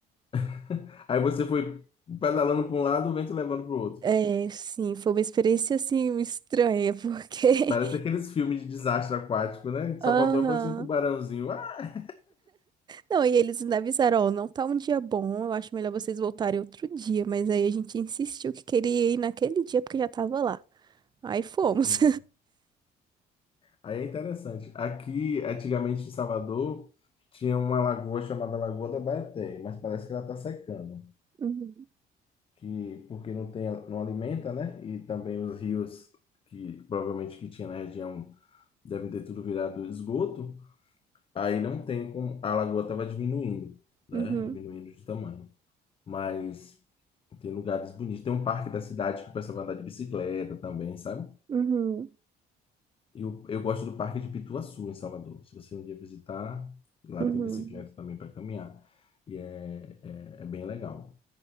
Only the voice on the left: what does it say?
<laughs> Aí você foi pedalando para um lado, o vento levando para o outro.
Parece aqueles filmes de desastre aquático, né? Só
faltou aparecer um tubarãozinho. Ah!
Sim. Aí é interessante. Aqui, antigamente em Salvador, tinha uma lagoa chamada Lagoa da Baeté, mas parece que ela está secando.
que porque não tem, não alimenta, né? E também os rios que provavelmente que tinha na região devem ter tudo virado esgoto. Aí não tem como a lagoa estava diminuindo, né?
Diminuindo de tamanho. Mas tem lugares bonitos. Tem um parque da cidade que o pessoal vai andar de bicicleta também, sabe?
E eu, eu gosto do parque de Pituaçu, em Salvador. Se você um dia visitar, lá
tem
bicicleta também para caminhar. E é, é, é bem legal.